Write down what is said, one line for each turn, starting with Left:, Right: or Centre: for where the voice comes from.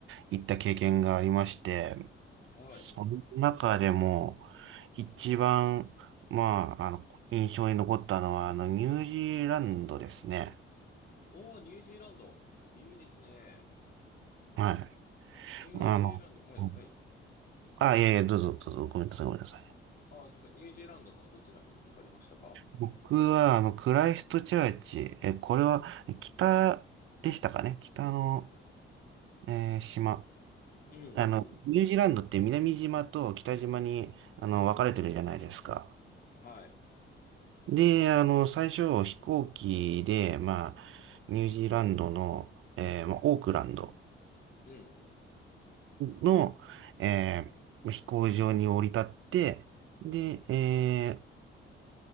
Right: 行った経験がありまして、
Left: はい。
Right: その中でも、一番、まあ、あの、印象に残ったのは、あの、ニュージーランドですね。
Left: おー、ニュージーランド。いいですね。
Right: はい。
Left: ニュージーランド。
Right: あの、
Left: はい、
Right: うん
Left: はい。
Right: あ、いやいや、どうぞ、どうぞ、ごめんなさい、ごめんなさい。
Left: ああ、そうそう。ニュージーランドのどちらに行かれましたか
Right: 僕は、あの、クライストチャーチ、え、これは、北でしたかね北の、えー島。
Left: うんうんうん。
Right: あの、ニュージーランドって南島と北島に、あの、分かれてるじゃないですか。
Left: はい。
Right: で、あの、最初、飛行機で、まあ、ニュージーランドの、えーまあ、オークランド
Left: うん
Right: の、えー飛行場に降り立って、で、えー